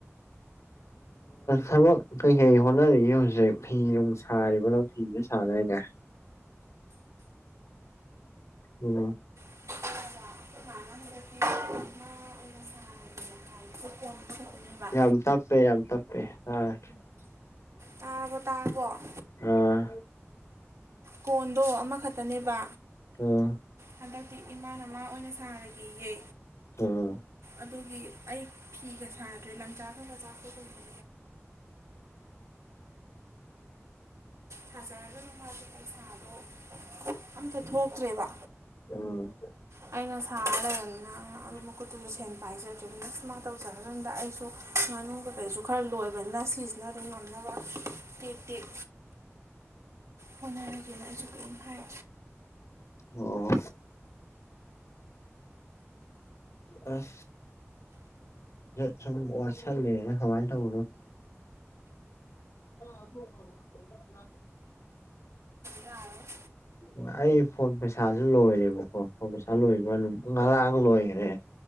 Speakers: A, on the left; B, on the right.
A: ꯊꯕꯛ ꯀꯩꯀꯩ ꯍꯣꯠꯅꯔꯤꯒꯦ ꯍꯧꯖꯤꯛ ꯐꯤ ꯅꯨꯡ ꯁꯥꯔꯤꯕꯤ ꯅꯪ ꯐꯤ ꯁꯨ ꯁꯥꯗꯥꯏꯅꯦ ꯎꯝ
B: ꯂꯅꯥ ꯀ ꯀꯔꯤꯕꯥ
A: ꯌꯥꯝ ꯇꯞꯄꯦ ꯌꯥꯝ ꯇꯞꯄꯦ ꯇꯥꯗꯔꯦ
B: ꯇꯥꯔꯕ ꯇꯥꯔꯕꯣ
A: ꯑꯥ
B: ꯀꯣꯟꯗꯣ ꯑꯃꯈꯛꯇꯅꯦꯕ
A: ꯑꯥ
B: ꯍꯟꯗꯛꯇꯤ ꯏꯃꯥꯅ ꯃ ꯑꯣꯏꯅ ꯁꯥꯔꯒꯦꯌꯦ
A: ꯑꯥ
B: ꯑꯗꯨꯒꯤ ꯑꯩ ꯐꯤꯒ ꯁꯥꯗ꯭ꯔꯦ ꯂꯪꯆꯥꯛ ꯈꯔꯥ ꯈꯔꯥ ꯆꯥꯛꯄꯒꯨꯝꯕ ꯊꯖꯔ ꯑꯗꯨꯅꯨꯡꯉ ꯁꯥꯥꯗꯣ ꯑꯝꯇꯥ ꯊꯣꯛꯇ꯭ꯔꯦꯕ
A: ꯎꯝ
B: ꯑꯩꯅ ꯁꯥꯕ ꯂꯩꯒꯝ
A: <inaudible>
B: ꯃꯈꯀꯨꯠꯇꯨꯁꯨ ꯁꯦꯟ ꯄꯥꯏꯖꯗꯗꯅ ꯁꯨꯃꯥꯏꯅ ꯇꯧꯖꯔ ꯑꯗꯨꯗ ꯑꯩꯁꯨ ꯉꯥꯅꯨ ꯀ ꯀꯩꯁꯨ ꯈꯔ ꯂꯣꯏꯕꯅꯤꯅ ꯁꯤꯁ ꯅ ꯑꯗꯨꯝ ꯉꯝꯅꯕ ꯇꯦꯛ ꯇꯦꯛ ꯍꯣꯠꯅꯔꯒꯦꯅ ꯑꯗꯨꯁꯨ ꯀꯔꯤꯝ ꯍꯥꯏ
A: ꯑꯣ ꯑ ꯁ ꯋꯥꯁ ꯂꯩꯦ ꯍꯥꯏꯣ ꯑꯗꯨ ꯂ
B: ꯌꯥꯔꯔꯣꯏ
A: ꯎꯝ ꯑꯩ ꯐꯣꯟ ꯄꯩꯁꯥꯁꯨ ꯂꯣꯏꯔꯦꯕꯀꯣ ꯐꯣꯟ ꯄꯩꯁꯥ ꯂꯣꯏꯕ꯭ꯔꯃꯤ ꯉꯔꯥꯡ ꯂꯣꯏꯈ꯭ꯔꯦ